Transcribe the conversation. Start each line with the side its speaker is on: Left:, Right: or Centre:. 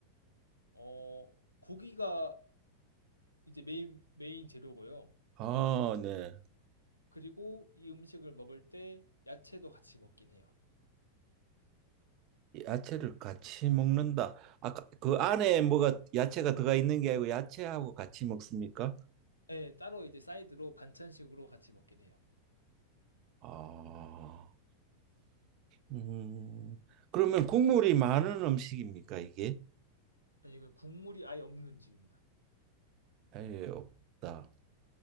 Left: 어, 고기가 이제 메인 메인 재료고요.
Right: 아, 네.
Left: 그리고 이 음식을 먹을 때 야채도 같이 먹긴 해요.
Right: 야채를 같이 먹는다. 아까 그 안에 뭐가 야채가 들어가 있는 게 아니고 야채하고 같이 먹습니까?
Left: 네, 따로 이제 사이드로 반찬식으로 같이 먹긴 해요.
Right: 아. 음. 그러면 국물이 많은 음식입니까, 이게?
Left: 네, 이건 국물이 아예 없는 음식입니다.
Right: 아예 없다.